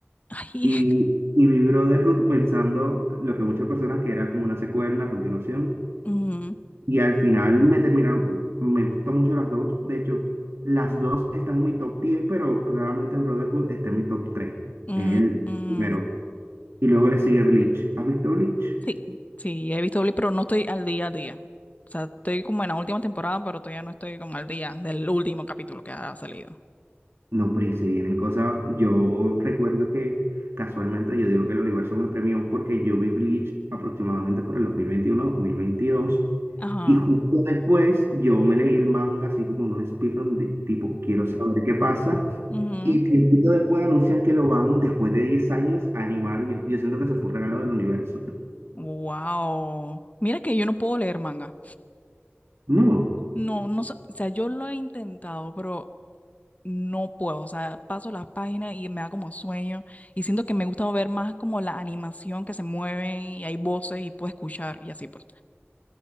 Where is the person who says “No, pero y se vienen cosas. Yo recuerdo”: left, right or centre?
Right